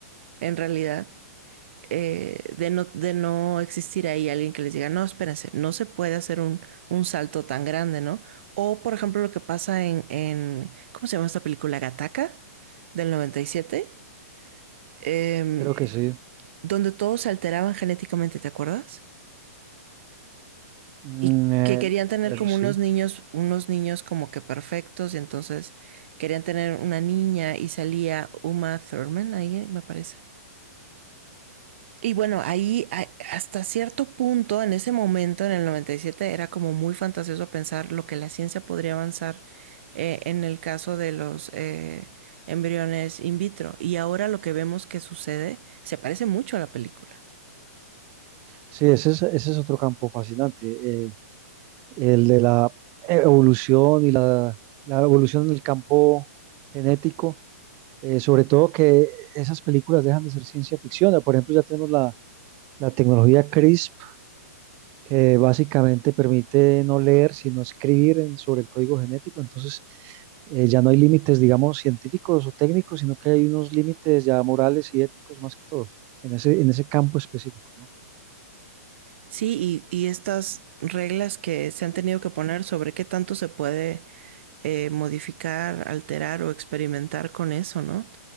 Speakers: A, on the right; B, on the right.
A: en realidad, eh, de, no, de no existir ahí alguien que les diga, no, espérense, no se puede hacer un, un salto tan grande, ¿no? O, por ejemplo, lo que pasa en, en ¿cómo se llama esta película? Gattaca del 97, eh,
B: creo que sí.
A: donde todos se alteraban genéticamente, ¿te acuerdas?
B: Mm,
A: Y
B: eh,
A: que querían tener
B: bueno,
A: como
B: sí.
A: unos niños, unos niños como que perfectos, y entonces querían tener una niña y salía Uma Thurman ahí, me parece. Y bueno, ahí a- hasta cierto punto, en ese momento, en el 97 era como muy fantasioso pensar lo que la ciencia podría avanzar eh, en el caso de los eh, embriones in vitro. Y ahora lo que vemos que sucede se parece mucho a la película.
B: Sí, ese es, ese es otro campo fascinante, eh, el de la evolución y la, la evolución en el campo genético, eh, sobre todo que esas películas dejan de ser ciencia ficción. Por ejemplo, ya tenemos la, la tecnología CRISP, que básicamente permite no leer, sino escribir en- sobre el código genético. Entonces, eh, ya no hay límites, digamos, científicos o técnicos, sino que hay unos límites ya morales y éticos más que todo, en ese, en ese campo específico, ¿no?
A: Sí, y, y estas reglas que se han tenido que poner sobre qué tanto se puede eh, modificar, alterar o experimentar con eso, ¿no?